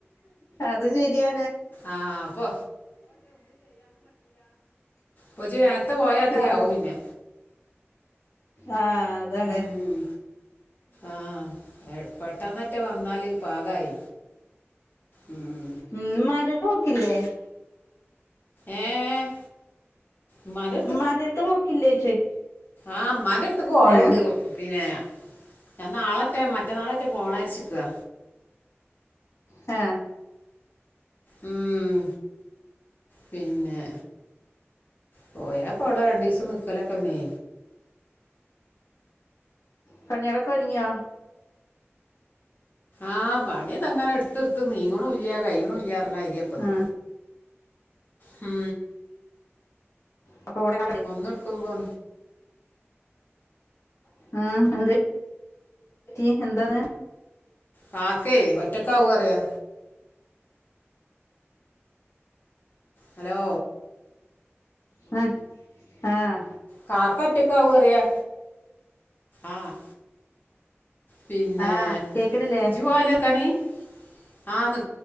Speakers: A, on the left; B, on the left.
A: അത് ശരിയാ
B: ആഹ് അപ്പൊ പൊജ് നേരെത്തെ പോയാതിരി
A: ആ
B: ആവും പിന്നെ
A: ആഹ് അതണ്
B: ഉം ആഹ് പെട്ടെന്നറ്റെ വന്നാല് പാകായി ഉം
A: ഉം ഇമ്മാന്റെട്‌ത്ത് ഓക്കില്ലേ?
B: ഏഹ് ഉമ്മാന്റെ
A: ഇമ്മാന്റെട്‌ത്ത് പോക്കില്ലേ ചോയ്
B: ആഹ് ഇമ്മാന്റട്‌ത്ത്ക്ക് പോല്ണ്ട്‌
A: ഏ
B: പിന്നെ ഞാൻ നാളറ്റെ മറ്റന്നാളറ്റെ പോണം ര്ച്ച്ക്കാ
A: ഹേ
B: ഉം പിന്നെ പോയാ പവ്ടെ രണ്ടിസം നിക്കലൊക്കെന്നെ
A: പണിയാള്ളോക്കെ ഒരുങ്യൊ?
B: ആഹ് പണി തങ്ങനെ ഇട്‌ത്ത് ഇട്ത്ത് നീങ്ണൂല്ല കയ്യ്ണൂല്ല അർഞ്ഞയ്ര്യാപ്പത്
A: ആ
B: ഹ്
A: അപ്പൊ ഇവിടെ
B: ഒന്ന് ഇട്ക്കുമ്പോ ഒ
A: ഹ് എന്തേ റ്റി എന്താണ്?
B: കാക്കേ ഒറ്റക്കാവും അറിയാ ഹലോ
A: ഹ് ആഹ്
B: കാക്ക ഒറ്റക്കാവും അറിയാ ആഹ് പിന്നെ
A: ആ കേക്കണില്ലേ
B: ജ് <unintelligible> ആഹ് ന്ന്